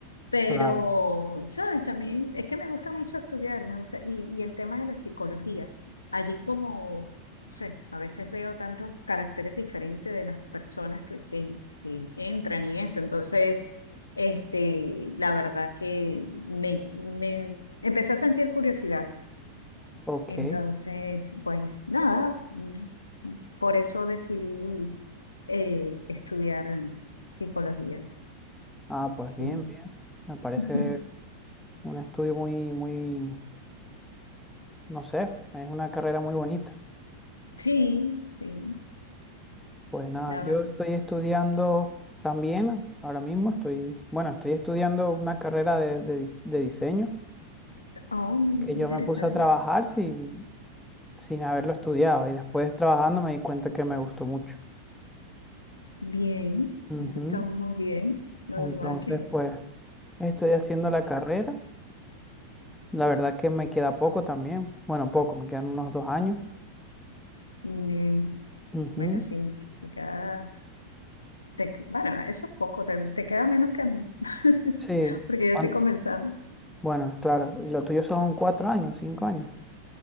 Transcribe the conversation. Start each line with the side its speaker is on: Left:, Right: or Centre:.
Left: pero,
Centre: claro.
Left: sabes, también es que me gusta mucho estudiar, me gusta, y, y el tema de la psicología, allí como, no sé, a veces veo tantos caracteres diferentes de las personas que, que que entran y eso, entonces... Este, la verdad que me, me empecé a sentir curiosidad.
Centre: Ok.
Left: Entonces, pues nada, mm, por eso decidí eh, estudiar psicología.
Centre: Ah, pues
Left: Sí.
Centre: bien, bien. Me parece
Left: <laughs>
Centre: un estudio muy, muy, no sé, es una carrera muy bonita.
Left: Sí, sí,
Centre: Pues nada,
Left: la
Centre: yo
Left: verdad.
Centre: estoy estudiando también, ahora mismo estoy, bueno, estoy estudiando una carrera de, de dis- de diseño
Left: Oh, muy
Centre: que yo
Left: interesante.
Centre: me puse a trabajar sin, sin haberlo estudiado y después trabajando me di cuenta que me gustó mucho.
Left: Bien,
Centre: Ujú.
Left: eso está muy bien. La
Centre: Entonces,
Left: verdad que,
Centre: pues estoy haciendo la carrera. La verdad que me queda poco también. Bueno, poco, me quedan unos dos años.
Left: mm,
Centre: Ujú,
Left: bueno, sí, te queda, te- bueno, eso es poco, te, te queda menos que a mí, <laughs>
Centre: Sí.
Left: porque ya
Centre: Ah,
Left: estoy comenzando.
Centre: bueno, claro. y Lo tuyo son cuatro años, cinco años.